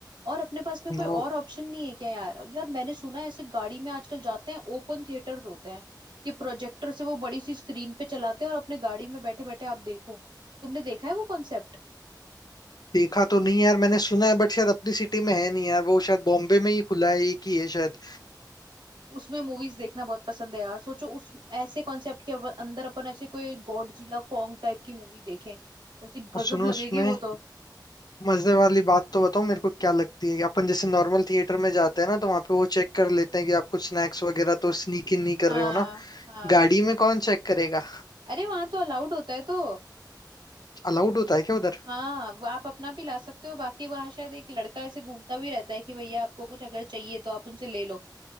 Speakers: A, on the right; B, on the left.
A: और अपने पास में
B: वो
A: कोई और ऑप्शन नहीं है क्या यार यार मैंने सुना है ऐसे गाड़ी में आजकल जाते हैं ओपन थिएटर्स होते हैं ये प्रोजेक्टर से वो बड़ी सी स्क्रीन पे चलाते हैं और अपने गाड़ी में बैठे बैठे आप देखो तुमने देखा है वो कॉन्सेप्ट
B: देखा तो नहीं यार मैंने सुना है बट शायद अपनी सिटी में है नहीं यार वो शायद बॉम्बे में ही खुला है एक ही है शायद
A: उसमें मूवीज देखना बहुत पसंद है यार सोचो उस ऐसे कॉन्सेप्ट के अव- अंदर अपन ऐसे कोई गॉडजिला कॉन्ग टाइप की मूवी देखें वैसे गजब
B: और सुनो
A: लगेगी
B: उसमें
A: वो तो
B: मजे वाली बात तो बताओ मेरे को क्या लगती है कि अपन जैसे नॉर्मल थिएटर में जाते हैं ना तो वहां पे वो चेक कर लेते हैं कि आप कुछ स्नैक्स वगैरह तो स्नीक इन नहीं
A: हाँ
B: कर रहे हो ना
A: हाँ
B: गाड़ी में कौन चेक करेगा
A: अरे वहां तो अलाउड होता है तो
B: अलाउड होता है क्या उधर
A: हाँ वो आप अपना भी ला सकते हो बाकी वहां शायद एक लड़का ऐसे घूमता भी रहता है कि भैया आपको कुछ अगर चाहिए तो आप उनसे ले लो